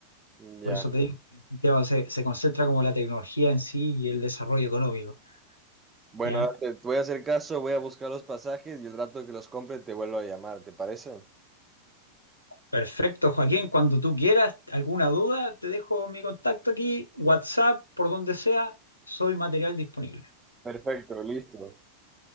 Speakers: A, on the right (about 15°); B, on the left (about 80°).
A: Ya.
B: Por eso te digo que Santiago se, se concentra como la tecnología en sí y el desarrollo económico.
A: Bueno,
B: ¿Ya?
A: ahora te, te voy a hacer caso, voy a buscar los pasajes y el rato que los compre te vuelvo a llamar, ¿te parece?
B: Perfecto, Joaquín. Cuando tú quieras, alguna duda, te dejo mi contacto aquí, WhatsApp, por donde sea, soy material disponible.
A: Perfecto, listo.